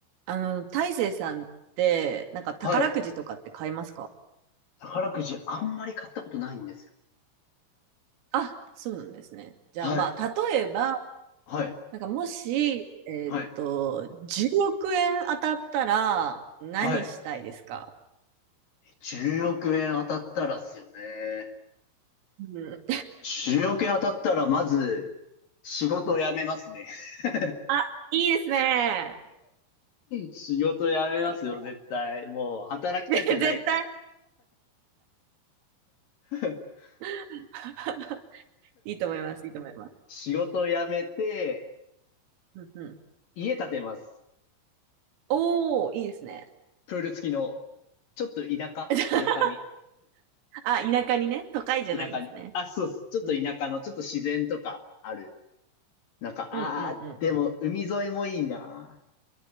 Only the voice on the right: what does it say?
あの、大成さんって、なんか宝くじとかって買いますか
あ、そうなんですね。じゃあまあ、
例えば、
なんかもし、えーっと、
10億円当たったら何したいですか
うん。
<laughs>
あ、いいですね。
いいですね。
で絶対。
<laughs> いいと思います。いいと思います。
うんうん。
おー、いいですね。
<laughs> あ、田舎にね、都会じゃないんですね。
うん、
うん、うん、
うん。
うん